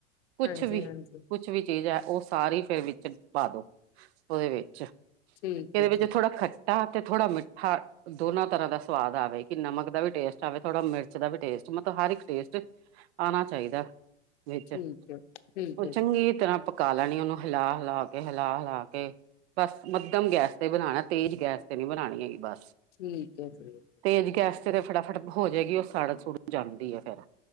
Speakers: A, on the left; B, on the right.
A: ਹਾਂਜੀ
B: ਕੁੱਛ ਵੀ, ਕੁਛ
A: ਹਾਂਜੀ
B: ਵੀ ਚੀਜ਼ ਆ ਉਹ ਸਾਰੀ ਫਿਰ ਵਿੱਚ ਪਾ ਦੋ ਉਹਦੇ ਵਿੱਚ <inaudible> ਏਹਦੇ
A: ਠੀਕ ਹੈ
B: ਵਿੱਚ
A: ਜੀ
B: ਥੋੜਾ ਖੱ ਟਾ ਤੇ ਥੋੜਾ ਮਿੱਠਾ ਦੋਨਾਂ ਤਰ੍ਹਾਂ ਦਾ ਸਵਾਦ ਆਵੇ ਕਿ ਨਮਕ ਦਾ ਵੀ ਟੇਸਟ ਚਾਵੇ ਥੋੜਾ ਮਿਰਚ ਦਾ ਵੀ ਟੇਸਟ ਮਤਲਬ ਹਰ ਇੱਕ ਟੇਸਟ ਆਣਾ ਚਾਈਦਾ ਏ। ਵਿੱਚ
A: ਠੀਕ ਹੈ, ਠੀਕ
B: <inaudible> ਉਹ ਚੰਗੀ
A: ਹੈ ਜੀ,
B: ਤਰ੍ਹਾਂ ਪ ਕਾਲਾ ਨੀ ਉਹਨੂੰ ਹਿਲਾ-ਹਿਲਾ ਕੇ, ਹਿਲਾ-ਹਿਲਾ ਕੇ ਬਸ ਮੱਧਮ ਗੈਸ ਤੇ ਬਣਾਣਾ ਏ ਤੇਜ਼ ਗੈਸ ਤੇ ਨਈ ਬਣਾਨੀ ਹੈਗੀ ਬਸ।
A: ਠੀਕ ਐ ਫਿਰ।
B: ਤੇਜ਼ ਗੈਸ ਤੇ-ਤੇ ਫਟਾਫਟ ਹੋ ਜਾਏਗੀ ਉਹ ਸੜ ਸੁੜ ਜਾਂਦੀ ਹੈ ਫੇਰ।